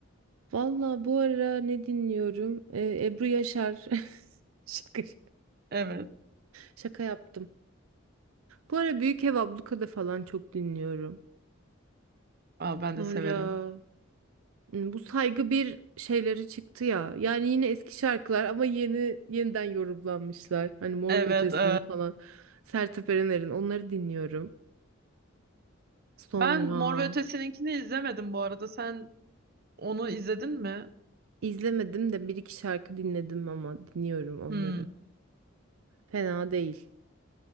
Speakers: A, on the right; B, on the right.
A: Vallahi bu ara ne dinliyorum? Ee, Ebru Yaşar. <laughs> Şaka, şaka
B: Evet.
A: Şaka yaptım. Bu ara Büyük Ev Abluka'da falan çok dinliyorum.
B: Aa, ben
A: Sonra
B: de severim.
A: Hmm, Bu saygı bir şeyleri çıktı ya. Yani yine eski şarkılar ama yeni yeniden yorumlanmışlar. Hani Mor
B: Evet,
A: ve Ötesi'nin
B: evet.
A: falan. Sertab Erener'in onları dinliyorum. Sonra
B: Ben Mor ve Ötesi'ninkini izlemedim bu arada. Sen onu izledin mi?
A: izlemedim de bir iki şarkı dinledim ama dinliyorum onları.
B: Hmm.
A: Fena değil.